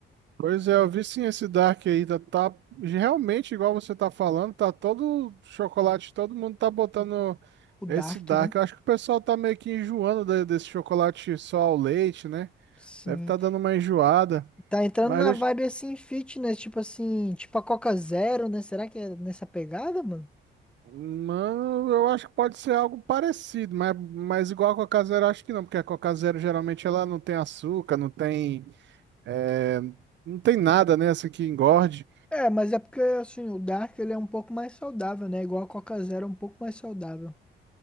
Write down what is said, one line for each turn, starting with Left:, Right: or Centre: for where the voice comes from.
Right: Pois é, eu vi sim esse Dark aí, tá, tá realmente igual você tá falando, tá todo chocolate, todo mundo tá botando
Centre: O Dark,
Right: esse Dark.
Centre: né?
Right: Eu acho que o pessoal tá meio que enjoando de- desse chocolate só ao leite, né?
Centre: Sim.
Right: Deve tá dando uma enjoada.
Centre: Tá entrando
Right: Mas,
Centre: na
Right: deixa-
Centre: vibe assim, fitness, tipo assim, tipo a Coca Zero, né? Será que é nessa pegada, mano?
Right: mano, eu acho que pode ser algo parecido, mas, mas igual a Coca Zero, eu acho que não, porque a Coca Zero geralmente ela não tem açúcar, não tem, eh, não tem nada, né, assim, que engorde.
Centre: É, mas é porque assim, o Dark ele é um pouco mais saudável, né? Igual a Coca Zero, é um pouco mais saudável.